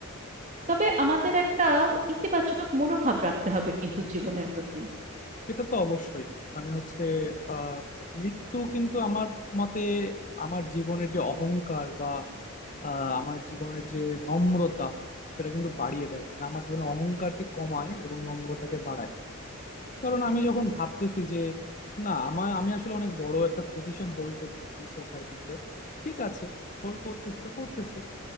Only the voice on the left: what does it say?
সেটা তো অবশ্যই মানে হচ্ছে আহ মৃত্যু কিন্তু আমার মতে আমার জীবনের যে অহংকার বা আহ, আমার জীবনের যে নম্রতা সেটা কিন্তু বাড়িয়ে দেয় মানে আমার জীবনে অহংকারকে কমায় এবং নম্রতাকে বাড়ায় কারণ আমি যখন ভাবতেছি যে না আমার আমি আসলে অনেক বড় একটা পজিশন হোল্ড করতেছি সোসাইটিতে ঠিক আছে হোল্ড করতেছি তো করতেছি